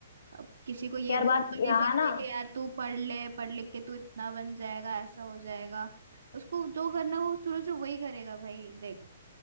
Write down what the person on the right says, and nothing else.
अब किसी को ये
बोल
तो नहीं
सकते
कि यार तू पढ़ ले पढ़ लिख के तू इतना बन जाएगा ऐसा हो जाएगा उसको जो करना वो शुरू से वही करेगा भाई देख